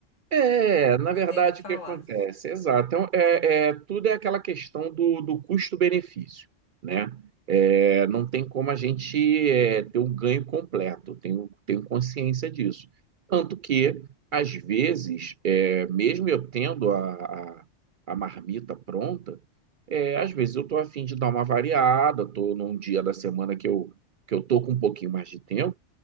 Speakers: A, on the right (about 60°); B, on the left (about 75°).
A: É, na
B: não
A: verdade,
B: tem o que falar.
A: o que acontece? Exato. Então, é, é, tudo é aquela questão do, do custo-benefício, né? É, não tem como a gente é, ter um ganho completo, tenho, tenho consciência disso. Tanto que, às vezes, é, mesmo eu tendo a, a, a marmita pronta, é, às vezes eu estou a fim de dar uma variada, estou num dia da semana que eu, que eu estou com um pouquinho mais de tempo,